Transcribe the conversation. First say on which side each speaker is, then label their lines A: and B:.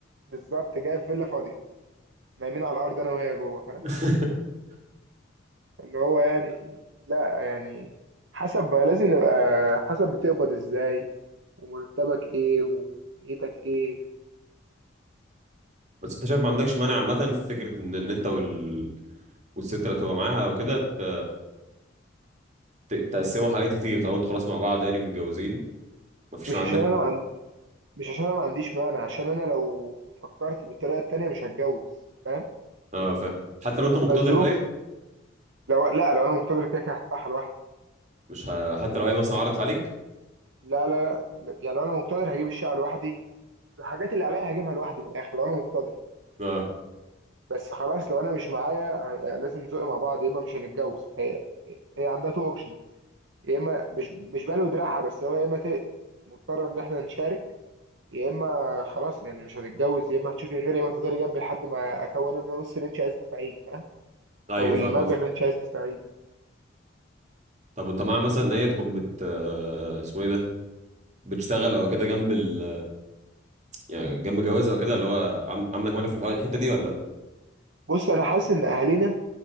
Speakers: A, on the right; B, on the right.
A: بالظبط جاي في فيلا فاضيه نايمين على الارض انا وهي جوه فاهم
B: <laughs>
A: اللي هو يعني لا يعني حسب لازم نبقى حسب بتقبض ازاي ومرتبك ايه ودنيتك ايه
B: بس انت شايف ما عندكش مانع عامه في فكره ان ان انت وال... والست اللي هتبقى معاها وكده ت... ت... تقسموا حاجات كتير طالما انتوا خلاص مع بعض يعني ومتجوزين ما فيش
A: مش
B: عندك
A: عشان انا ما عن... مش عشان انا ما عنديش مانع عشان انا لو فكرت بالطريقه التانيه مش هتجوز فاهم
B: اه فاهم حتى لو انت مقتدر
A: فالظروف
B: طيب
A: لو لا لو انا مقتدر كده كده هدفعها لوحدي
B: مش ه... حتى لو هي مثلا عرضت عليك
A: لا لا لا لا، يعني لو انا مقتدر هجيب الشقه لوحدي الحاجات اللي عليا هجيبها لوحدي من الاخر لو انا مقتدر
B: اه
A: بس خلاص لو انا مش معايا يعني لازم نزق مع بعض يا اما مش هنتجوز هي هي عندها تو اوبشنز يا اما مش مش بالو دراعها بس هو يا اما ت- مضطر ان احنا نشارك يا اما خلاص يعني مش هنتجوز يا اما هتشوفي غيري يا اما هتفضلي جنبي لحد ما اكون انا نص اللي انت عايز تدفعيه فاهم
B: ايوه
A: او
B: فاهم
A: المبلغ
B: قصدك
A: اللي انت عايز تدفعيه
B: طب وانت مع مثلا ان هي تكون بت آه، اسمه ايه ده بتشتغل او كده جنب ال يعني جنب جواز او كده اللي هو عن... عندك مانع في الحوار الحته دي ولا لا
A: بص انا حاسس ان اهالينا